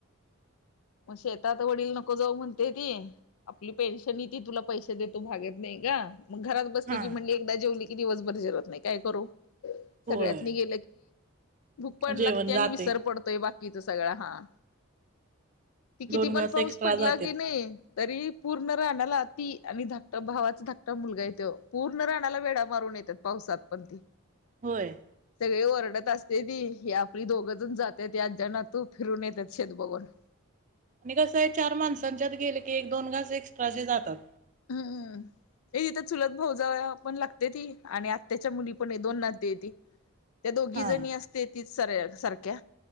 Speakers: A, on the left; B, on the right.
A: <inaudible> मग शेतात वडील नको जाऊ म्हणते ती, आपली पेन्शन य ती तुला पैसे देतो भागेत नाही ग. मग घरात बसली
B: हा
A: की म्हणजे एकदा जेवली की दिवसभर जेवत नाही. काय करू
B: होय
A: सगळ्यात नि गे... भूक पण
B: जेवण
A: लागते आणि
B: जाते
A: विसर पडतोय बाकीचा सगळं हा. ती किती
B: दोन
A: पण
B: घास
A: पाऊस
B: एक्स्ट्रा
A: पडला
B: जाते
A: की नाही. तरी पूर्ण राणाला ती आणि धाकट भावाचा धकटा मुलगा आहे तो पूर्ण राणाला वेडा मारून... नत पावसात पण
B: होय.
A: सगळी ओरडत असते ती, ही आपली दोघंजण जातात आज्यांनातू फिरून येतात शेत बघून. <inaudible>
B: आणि कसं आहे चार माणसांच्यात गेले की एक, दोन घास एक्स्ट्रा जे जातात.
A: हम हम. ए तिथं चुलत भाऊजव पण लागते ती आणि आत्त्याच्या मुली पण दोन नाते ती. त्या दोघी
B: हा
A: जणी असते तीच... सर सारख्या